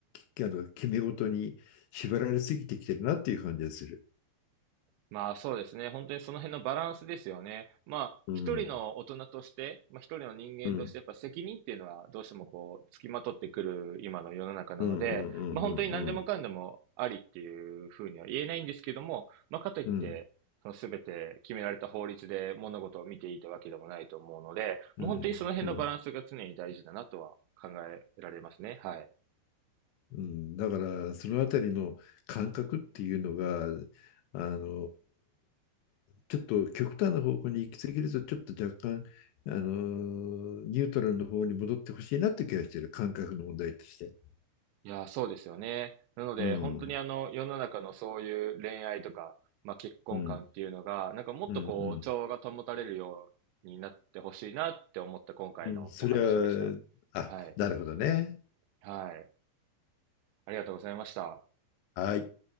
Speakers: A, on the left (about 80°); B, on the right (about 80°).
A: きあの決め事に縛られすぎてきてるなっていう感じがする。
B: まあそうですね。本当にその辺のバランスですよね。まあ一人の大人として、
A: うん、
B: まあ一人の人間としてやっぱ責任っていうのはどうしてもこう付きまとってくる今の世の中なので、
A: うん、うん、うん、うん、
B: まあ本当に何でもかんでもありっていうふうには言えないんですけども、
A: うん、
B: まあかといって、
A: うん、
B: その全て決められた法律で物事を見ていたわけでもないと思うので、
A: うん、
B: もう本当にその辺のバランスが常に大事だなとは考えられますね。
A: うん。
B: はい。
A: うん、だからそのあたりの感覚っていうのがあのちょっと極端な方向に行き過ぎるとちょっと若干あのニュートラルの方に戻ってほしいなって気がしてる感覚の問題として。
B: いやー、そうですよね。なので、
A: うん
B: 本当にあの、世の中のそういう恋愛とか、まあ結婚観っていうのが、
A: うん
B: なんかもっとこう、
A: うんうん、
B: 調和が保たれるようになってほしいなって思った今回のお話でした。
A: うん、それはあなるほどね。
B: はい。はい。ありがとうございました。
A: はい。